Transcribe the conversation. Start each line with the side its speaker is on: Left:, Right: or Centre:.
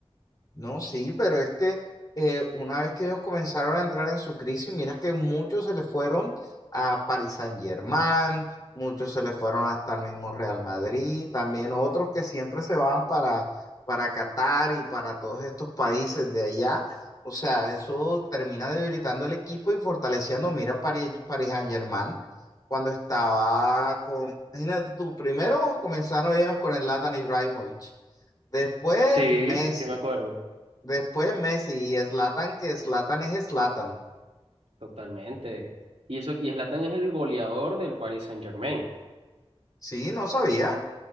Left: No, sí, pero es que eh, una vez que ellos comenzaron a entrar en su crisis, miras que muchos se le fueron a Paris Saint-Germain, muchos se le fueron hasta el mismo Real Madrid, también otros que siempre se van para, para Qatar y para todos estos países de allá. O sea, eso termina debilitando el equipo y fortaleciendo. Mira, Paris, Paris Saint-Germain, cuando estaba con, imagínate tú, primero comenzaron ellos con el Zlatan Ibrahimovic. Después
Right: Sí,
Left: Messi,
Right: sí me acuerdo.
Left: Después Messi y Zlatan, que Zlatan es Zlatan.
Right: Totalmente. Y eso, y Zlatan es el goleador del Paris Saint-Germain.
Left: Sí, no sabía.